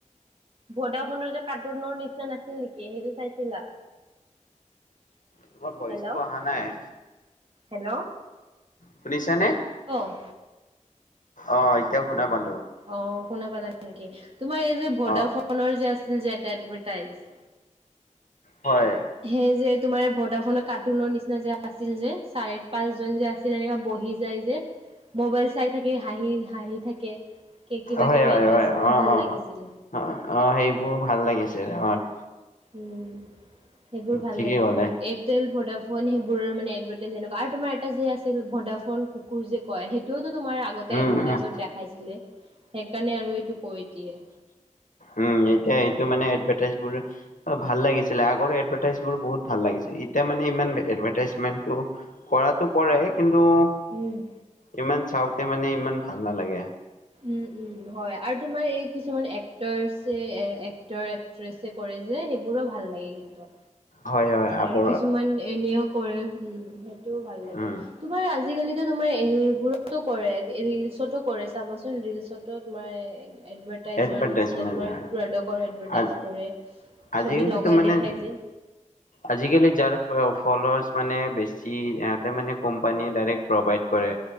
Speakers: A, on the right; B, on the left.
A: ভদা ফোনৰ যে কাৰ্টুনৰ নিচিনা নাছিল নেকি সেইটো চাইছিলা
B: তোমাৰ ভয়েচটো
A: হেল্ল'
B: অহা নাই।
A: হেল্ল
B: শুনিছানে?
A: অ
B: অ এতিয়া শুনা পালো।
A: অ শুনা পালা নেকি তোমাৰ এই যে ভদা
B: অ',
A: ফোনৰ যে আছিল যে এটা এডভাৰটাইজ
B: হয়।
A: সেই যে তোমাৰ ভদা ফোনৰ কাৰ্টুনৰ নিচিনা যে আছিল যে চাৰি পাঁচজন যে আছিল। তেনেকা বহি যায় যে মোবাইল চাই থাকি হাঁহি হাঁহি থাকে। কে কিবা
B: হয়,
A: কিবি
B: হয়,
A: এইটো
B: হয়,
A: আছিল ন
B: অ',
A: ভাল
B: অ',
A: লাগিছিলে
B: অ', অ সেইবোৰ ভাল লাগিছে হয়
A: উম সেইবোৰ ভাল
B: ঠিকেই
A: লাগে
B: ক'লে
A: তোমাৰ এই এয়াটেল ভদাফোন সেইবোৰৰ মানে এডভাৰ্টাইজ এনেকুৱা আৰু তোমাৰ এটা যে আছিল ভদাফোন কুকুৰ যে কয় সেইটোওতো তোমাৰ আগতে
B: উম,
A: এডভাৰ্টাইজত
B: উম,
A: দেখাইছিলে সেইকাৰণে আৰু এইটো কৈ দিয়ে।
B: উম এতিয়া এইটো মানে এডভাৰটাইজ বোৰ ভাল লাগিছিলে আগৰ এডভাৰটাইজ বোৰ বহুত ভাল লাগিছিল এতিয়া মানে ইমান এডভাৰটাইজমেন্টটো কৰাটো কৰে কিন্তু
A: উম
B: ইমান চাওঁতে মানে ইমান ভাল নালাগে।
A: উম উম হয় আৰু তোমাৰ এই কিছুমান এক্টৰছে এক্টৰ এক্টছে কৰে যে সেইবোৰো ভাল লাগে কিন্তু
B: হয় হয় আকৌ
A: আৰু কিছুমান এনেও কৰে উম সেইটোও ভাল লাগে।
B: উম
A: তোমাৰ আজিকালিতো তোমাৰ এইবোৰতো কৰে ৰিলচতো কৰে চাবাচোন ৰিলচতো তোমাৰ এডভাৰটাইজৰ
B: এডভাৰটাইজমেন্ট
A: নিচিনা তোমাৰ
B: হয়।
A: প্ৰডাক্টৰ এডভাৰটাইজ
B: আজ
A: কৰে।
B: আজিকালিতো
A: ছবি লগাই
B: মানে
A: দেখাই যে
B: আজিকালি যাৰ ফলৱাছ মানে বেছি ইয়াতে মানে কোম্পানীয়ে প্ৰভাইড কৰে।